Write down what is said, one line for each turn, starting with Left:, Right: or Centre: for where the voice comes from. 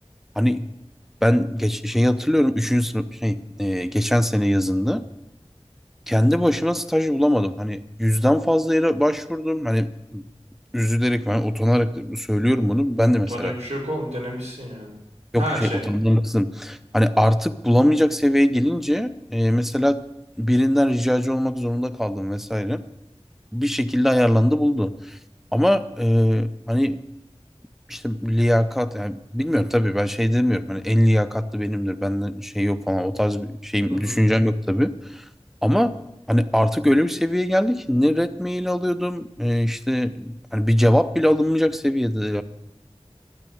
Centre: Hani ben geç, şeyi hatırlıyorum üçüncü sınıf şey e, geçen sene yazında kendi başıma staj bulamadım. Hani yüzden fazla yere başvurdum. Hani üzülerek ben utanarak söylüyorum bunu. Ben de
Right: Utanacak
Centre: mesela
Right: bir şey yok oğlum denemişsin yani. Ha
Centre: Yok şey
Right: şey.
Centre: utandığım kısım. Hani artık bulamayacak seviyeye gelince e, mesela birinden ricacı olmak zorunda kaldım vesaire. Bir şekilde ayarlandı buldu. Ama e, hani işte liyakat yani bilmiyorum tabii ben şey demiyorum. Hani en liyakatlı benimdir. Benden şey yok falan o tarz bir şeyim
Right: Hı hı.
Centre: düşüncem yok tabii. Ama hani artık öyle bir seviyeye geldik. ki Ne red mail alıyordum e, işte hani bir cevap bile alınmayacak seviyede